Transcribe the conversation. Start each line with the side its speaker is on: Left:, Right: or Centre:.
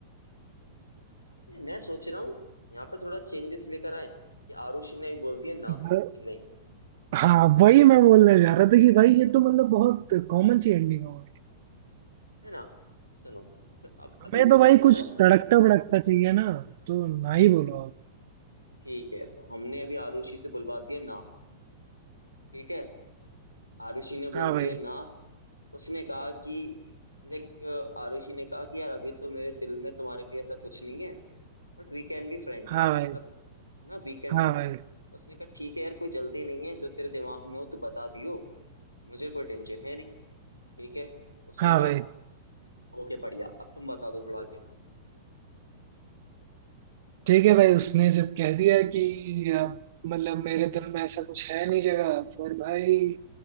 Left: मैं सोच रहा हूँ यहाँ पर थोड़ा चेंजेस लेकर आए कि आरुषि ने भी बोल दिया ना
Right: ब-
Left: कि नहीं
Right: हाँ वही मैं बोलने जा रहा था कि भाई ये तो मतलब बहुत कॉमन सी एंडिंग हो गई
Left: है ना सुनो तो अब
Right: हमें
Left: अभी
Right: तो
Left: तो
Right: भाई
Left: क्या
Right: कुछ
Left: करा
Right: तड़कता भड़कता चाहिए ना तो ना ही बोलो आप
Left: ठीक है तो हमने अभी आरुषि से बुलवा दिया ना ठीक है आरुषि ने बोल
Right: हाँ
Left: दिया
Right: भाई
Left: ना उसने कहा कि लाइक आरुषि ने कहा कि यार अभी तो मेरे दिल में तुम्हारे लिए ऐसा कुछ नहीं है but we can be friends
Right: हाँ भाई
Left: मतलब ना वीकेंड
Right: हाँ
Left: पे
Right: भाई
Left: उसने कहा ठीक है यार कोई जल्दी नहीं है जो तेरे दिमाग में हो तो बता दियो मुझे कोई टेंशन है नहीं ठीक है उसने
Right: हाँ
Left: कहा
Right: भाई
Left: ओके बढ़िया अब तुम बता दो थोड़ा आगे का
Right: ठीक है भाई उसने जब कह दिया कि आप मतलब मेरे दिल में ऐसा कुछ है नहीं जगह फिर भाई